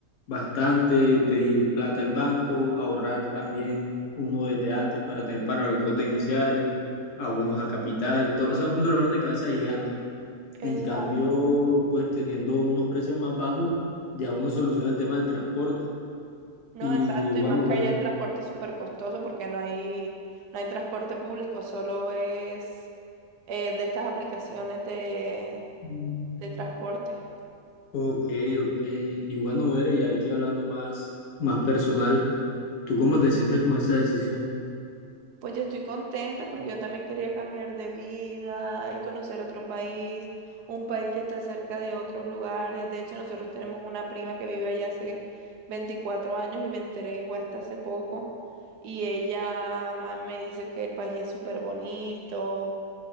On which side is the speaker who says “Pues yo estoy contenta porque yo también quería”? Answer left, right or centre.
Right